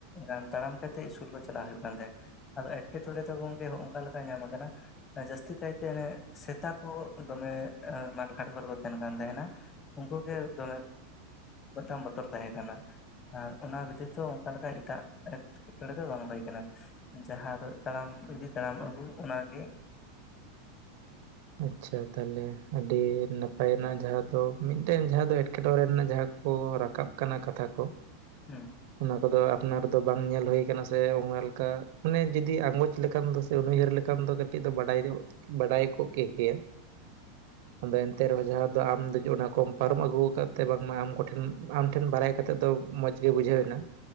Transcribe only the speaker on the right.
ᱟᱪᱷᱟ ᱛᱟᱦᱞᱮ ᱟᱹᱰᱤ ᱱᱟᱯᱟᱭᱱᱟᱜ ᱡᱟᱦᱟᱸ ᱫᱚ ᱢᱤᱫᱴᱮᱱ ᱡᱟᱦᱟᱸ ᱫᱚ ᱮᱴᱠᱮᱴᱬᱮ ᱨᱮᱱᱟᱜ ᱡᱟᱦᱟᱸ ᱠᱚ ᱨᱟᱠᱟᱵ ᱠᱟᱱᱟ ᱠᱟᱛᱷᱟ ᱠᱚ
ᱚᱱᱟ ᱠᱚᱫᱚ ᱟᱯᱱᱟᱨ ᱫᱚ ᱵᱟᱝ ᱧᱮᱞ ᱦᱩᱭ ᱠᱟᱱᱟ ᱥᱮ ᱚᱱᱠᱟ ᱞᱮᱠᱟ ᱢᱟᱱᱮ ᱡᱩᱫᱤ ᱟᱸᱜᱚᱪ ᱞᱮᱠᱟᱢ ᱫᱳᱥ ᱛᱩᱨᱩ ᱭᱟᱹᱨ ᱞᱮᱠᱷᱟᱱ ᱫᱚ ᱠᱟᱹᱴᱤᱡ ᱫᱚ ᱵᱟᱰᱟᱭ ᱫᱚ ᱵᱟᱰᱟᱭ ᱠ ᱠᱚᱜ ᱠᱮᱜᱮᱭᱟ ᱟᱫᱚ ᱮᱱᱛᱮ ᱨᱮᱦᱚᱸ ᱡᱟᱦᱟᱸ ᱫᱚ ᱟᱢ ᱫᱚ ᱚᱱᱟ ᱠᱚᱢ ᱯᱟᱨᱚᱢ ᱟᱹᱜᱩᱣ ᱠᱟᱫ ᱛᱮ ᱵᱟᱝᱢᱟ ᱟᱢ ᱠᱚᱴᱷᱮᱱ ᱟᱢ ᱴᱷᱮᱱ ᱵᱟᱨᱟᱭ ᱠᱟᱛᱮᱫ ᱫᱚ ᱢᱚᱸᱡᱽ ᱜᱮ ᱵᱩᱡᱷᱟᱹᱣ ᱮᱱᱟ᱾